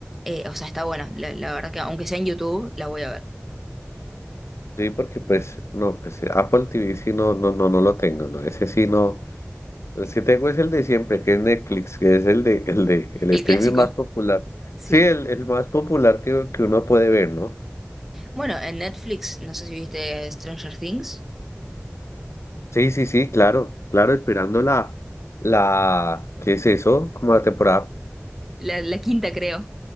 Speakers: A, in the centre; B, on the left (about 80°).
A: eh, o sea, está buena, la, la verdad que aunque sea en YouTube, la voy a ver.
B: Sí, porque pues, no, pues Apple TV sí no, no, no, no lo tengo, ¿no? Ese sí no. Pues Es que tengo es el de siempre, que es Netflix, que es el de, el de, el
A: El
B: streaming
A: clásico,
B: más popular.
A: <laughs> sí.
B: Sí, el, el más popular que, que uno puede ver, ¿no?
A: Bueno, en Netflix, no sé si viste Stranger Things,
B: Sí, sí, sí, claro, claro, esperando la, la, ¿qué es eso? Como la temporada
A: la, la quinta creo.